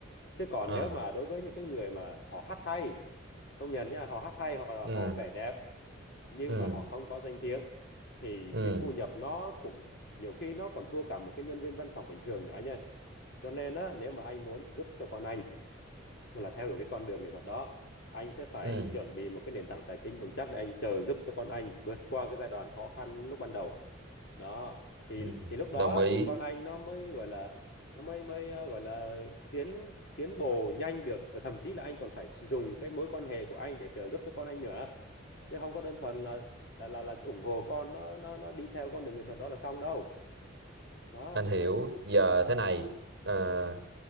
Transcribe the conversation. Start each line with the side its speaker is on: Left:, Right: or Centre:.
Left: chứ còn
Right: ờ
Left: nếu mà đối với những cái người mà họ hát hay công nhận nha họ hát hay hoặc là
Right: ừ
Left: họ vẽ đẹp nhưng
Right: ừ
Left: mà họ không có danh tiếng thì
Right: ừ
Left: cái thu nhập nó cũng nhiều khi nó còn thua cả một cái nhân viên văn phòng bình thường nữa nha cho nên á nếu mà anh muốn giúp cho con anh mà là theo đuổi cái con đường nghệ thuật đó anh sẽ phải
Right: ừ
Left: chuẩn bị một cái nền tảng tài chính vững chắc để anh trợ giúp cho con anh vượt qua cái giai đoạn khó khăn lúc ban đầu đó thì
Right: ừ
Left: thì lúc đó
Right: đồng ý
Left: thì con anh nó mới gọi là nó mới mới ờ, gọi là tiến tiến bộ nhanh được và thậm chí là anh còn phải sử dụng cái mối quan hệ của anh để trợ giúp cho con anh nữa chứ không có đơn thuần là là là, là ủng hộ con nó nó nó đi theo con đường nghệ thuật đó là xong đâu đó
Right: anh hiểu
Left: nó
Right: giờ thế này ờ,